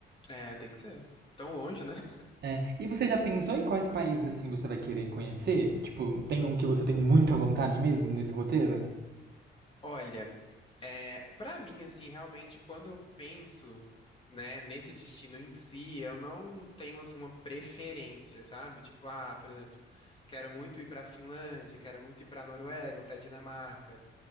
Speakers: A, on the left; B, on the right.
A: É, tem que ser. Tão longe, né? <laughs>
B: É. E você já pensou em quais países, assim, você vai querer conhecer? Tipo, tem um que você tem muita vontade mesmo nesse roteiro?
A: Olha. É, para mim, assim, realmente, quando eu penso, né, nesse destino em si, eu não tenho, assim, uma preferência, sabe? Tipo, ah, por exemplo, quero muito ir pra Finlândia, quero muito ir pra Noruega ou pra Dinamarca,